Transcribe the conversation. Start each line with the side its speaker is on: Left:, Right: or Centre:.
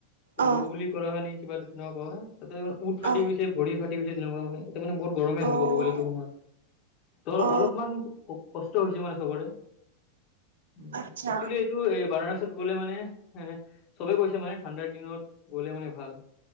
Right: অ
Left: লু বুলি কৰা হয় নেকি কিবা তাতে ন তাতে উঠ ফাটি
Right: অ
Left: গৈছে। ভৰি ফাটি গৈছে তেনেকুৱা মানে, ইয়াত মানে বহত গৰমে আছিল
Right: অ
Left: কব গ'লে এইটো সময়ত। ত
Right: অ
Left: অলপমান কষ্ট হৈছে মানে চবৰে। উ
Right: আচ্ছা
Left: একচুৱেলি এইটো বানাৰসত গ'লে মানে এ চবে কৈছে মানে ঠাণ্ডাৰ দিনত গ'লে মানে ভাল।